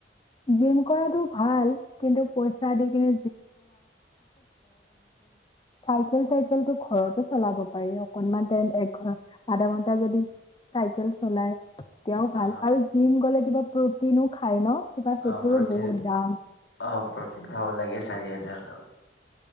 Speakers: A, on the left (about 25°); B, on the left (about 85°).
A: জিম কৰাটোও ভাল কিন্তু পইচা দি কিনে। পাৰি অকণ মান টাইম এক আধাঘণ্টা যদি চাইকেল। চলাই তেওঁ ভাল
B: অ
A: ভাল জিম গ'লে কিবা প্ৰটিন খাই ন। কিবা সেইটোৰো
B: অ, প্ৰটিন
A: বহুত দাম।
B: অ প্ৰটিন খাব লাগে। লাগে চাৰি হাজাৰ আৰু।